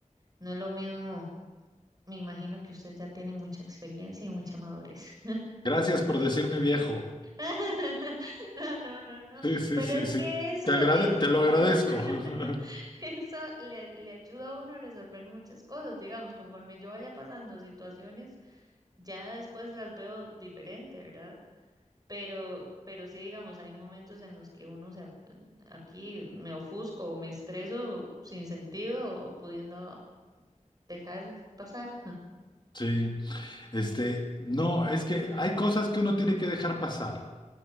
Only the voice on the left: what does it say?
Gracias por decirme viejo.
Sí, sí,
sí,
sí.
Te agrade-
te lo
agradezco. <laughs>
Sí, este, no, es que hay cosas que uno tiene que dejar pasar.